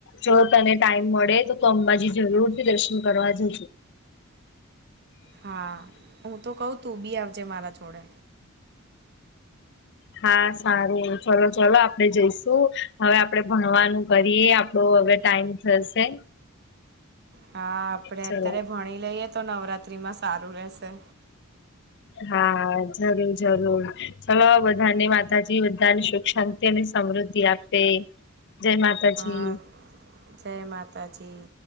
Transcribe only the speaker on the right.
હા હું તો કઉ તું બી આવજે મારા જોડે
હા આપડ અત્યારે
ભણી લઈએ તો નવરાત્રી માં સારું રેશે
હા, જય માતાજી